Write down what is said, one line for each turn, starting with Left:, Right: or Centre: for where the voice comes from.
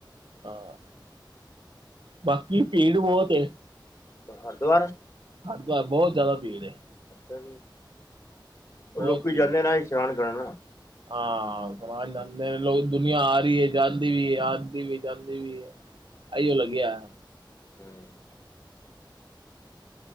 Right: ਹਾਂ, ਬਾਕੀ ਭੀੜ ਬੋਤ ਏ।
Left: ਹਰਦੁਆਰ?
Right: ਹਰਦੁਆਰ ਬੋਤ ਜ਼ਿਆਦਾ ਭੀੜ ਏ।
Left: ਅੱਛਾ ਜੀ, ਉਹ
Right: ਬਹੁਤ
Left: ਲੋਕੀ
Right: ਭੀੜ
Left: ਜਾਂਦੇ ਨਾ ਇਸ਼ਨਾਨ ਕਰਨ।
Right: ਹਾਂ, <unintelligible> ਜਾਂਦੇ ਲੋਕ, ਦੁਨੀਆਂ ਆ ਰਹੀ ਹੈ ਜ ਵੀ ਆਂਦੀ ਵੀ ਏ, ਜਾਂਦੀ ਵੀ ਏ, ਅਈਓ ਲੱਗਿਆ।
Left: ਹੂੰ।